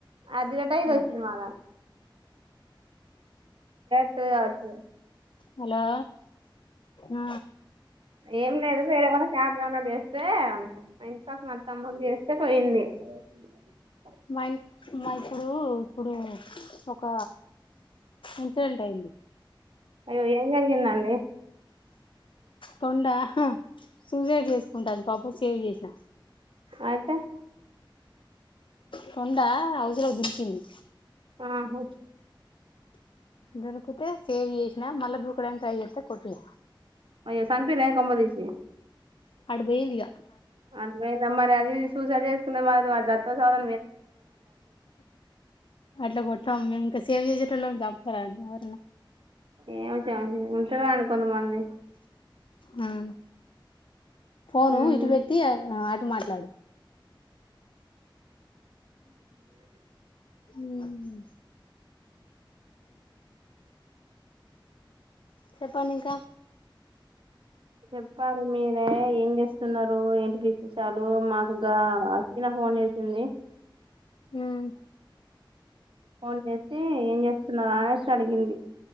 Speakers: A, on the right (about 80°); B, on the left (about 75°).
A: అది డిలీట్ అయి ఇది
B: ఇలా
A: వచ్చింది మళ్ళా చ <unintelligible>
B: హలో ఆ
A: ఏం లేదు వేరేవనా క్యాప్ అన్న్నట్ <unintelligible> వస్తే మత్త అమ్మకు చేస్తే పోయింది అ <unintelligible>
B: మా మా ఇప్పుడు ఇప్పుడు ఒక ఇన్సిడెంట్ అయింది
A: అయ్యో ఏం జరిగింది అండి
B: తొండ సూసైడ్ చేసుకుంటాను పాపం సేవ్ చేసిన
A: అయితే
B: తొండ ఉసిలోకి దుర్కింది
A: ఆహా
B: దొరుకుతే సేవ్ చేసి మల్ల దోకడానికి ట్రై చేస్తే కొట్టె
A: అయ్యో సంపిర్రెమ్ కొంపతీసి
B: అటు బోయిందిగా
A: అతుయింది మరి సూసైడ్ చేసుకునే బదులు వాడు సస్తే సావ్
B: అట్లా కొట్టం మేం ఇంకా సేవ చే జంపుతారంటా ఎవరన్నా
A: ఏమి చే ఉంటారు అండి కొంతమంది
B: హ ఫోను
A: ఉమ్
B: ఇటు పెట్టి అటు మాట్లాడు
A: ఉ
B: మ్మ్ చెప్పండి ఇంకా
A: చెప్పాల మీరు అ ఏం చేస్తున్నారు ఏంటి పక్షే చాలు మాకు అచ్చిన ఫోన్ చేసింది
B: మ్మ్
A: ఫోన్ చేసి ఏం చేస్తున్నారు అనేసి అడిగింది